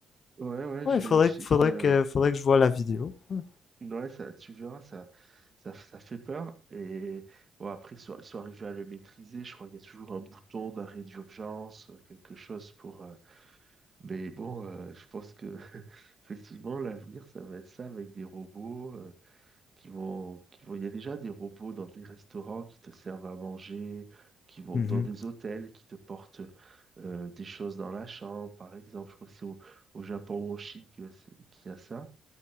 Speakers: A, on the right; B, on the left.
A: ouais, ouais,
B: Ouais,
A: je,
B: faudrait,
A: je-
B: faudrait
A: c'est, euh,
B: que, faudrait que je voie la vidéo. Hmm.
A: ouais, ça, tu verras, ça, ça, ça fait peur. Et bon, après, ils sont, ils sont arrivés à le maîtriser. Je crois qu'il y a toujours un bouton d'arrêt d'urgence, euh, quelque chose pour. euh, Mais bon, euh, je pense que, <laughs> effectivement, l'avenir, ça va être ça avec des robots. euh, qui vont, qui vont, il y a déjà des robots dans des restaurants qui te servent à manger, qui vont
B: Mhm.
A: dans des hôtels qui te portent euh, des choses dans la chambre, par exemple. Je crois que c'est au, au Japon ou en Chine que c'est- qu'il y a ça.